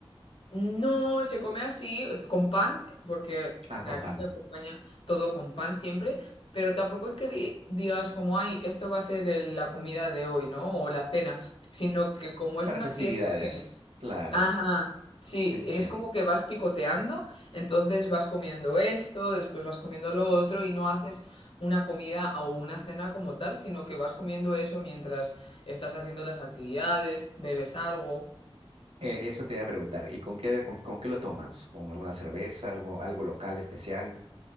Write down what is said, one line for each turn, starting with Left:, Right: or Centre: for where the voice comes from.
Left: No, se come así, con pan, porque
Right: Ah, con
Left: aquí
Right: pan.
Left: se acompaña todo con pan siempre, pero tampoco es que di- digas como, ay, esto va a ser el- la comida de hoy, ¿no? O la cena, sino que como es
Right: Para
Left: una
Right: festividades,
Left: fiesta que...
Right: claro,
Left: Ajá, sí,
Right: entiendo.
Left: es como que vas picoteando, entonces vas comiendo esto, después vas comiendo lo otro y no haces una comida o una cena como tal, sino que vas comiendo eso mientras estás haciendo las actividades, bebes algo.
Right: Eh, eso te iba a preguntar. ¿Y con qué, con, con qué lo tomas? ¿Con alguna cerveza, algo, algo local especial?